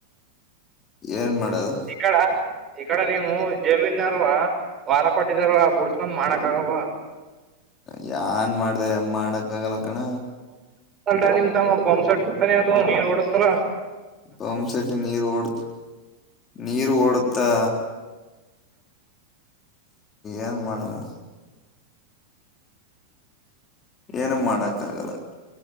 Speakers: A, on the left; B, on the right.
A: ಏನ್ ಮಾಡದು
B: ಈ ಕಡ ಈ ಕಡೆ ನೀವು ಜಮೀನ್ಾರವ ವಾರ ಕೊಟ್ಟಿದಾರ ಬುಡ್ಸ್ಕೊಂಡ್ ಮಾಡಕ ಆಗವ
A: ಯಾನ್ ಮಾಡ್ದ ಮಾಡಕ್ಕ ಆಗಲ ಕಣ
B: ಅಡ ನಿಮ್ ತಮ್ಮ ಪಾಂಸ್ಟ್ಟ ತಾನೆ ಅದ ನೀರ್ ಹೊಡತಾರ
A: ಪಂಪ ಸಟ ನೀ ರೋಡ್ತ ನೀರು ಓಡುತ್ತಾ ಏನ್ ಮಾಡಡಮು ಏನು ಮಾಡಕ್ಕ ಆಗಲ್ಲ